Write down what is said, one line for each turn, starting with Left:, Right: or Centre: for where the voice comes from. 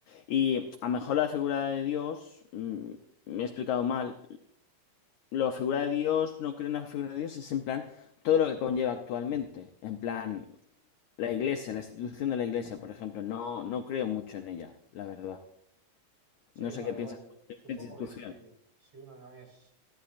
Left: Y a lo mejor la figura de Dios, mm, me he explicado mal. La figura de Dios, no creo en la figura de Dios, es en plan todo lo que conlleva actualmente. En plan, la iglesia, la institución de la iglesia, por ejemplo. No, no creo mucho en ella, la verdad.
Right: Sí,
Left: No sé
Right: no,
Left: qué
Right: igual
Left: piensas de
Right: supongo
Left: esta institución.
Right: que si, si uno no es